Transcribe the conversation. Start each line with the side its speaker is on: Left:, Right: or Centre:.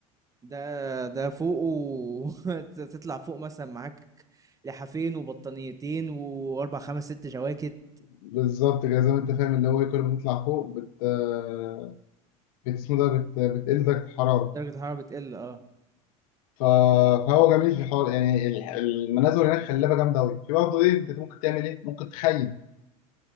Right: ده ده فوق و... <laughs> تطلع فوق مثلا معاك لحافين وبطانيتين واربع خمس ست جواكت
Left: بالظبط كده زي ما انت فاهم اللي هو إيه، كل ما تطلع فوق بت آه، بت اسمه ده بت بتقل درجه الحراره
Right: درجة الحرارة بتقل اه
Left: ف- فهو جميل في الحوار يعني ال- المناظر هناك خلابه جامده قوي في برضه ايه
Right: مم.
Left: انت ممكن تعمل ايه ممكن تخيم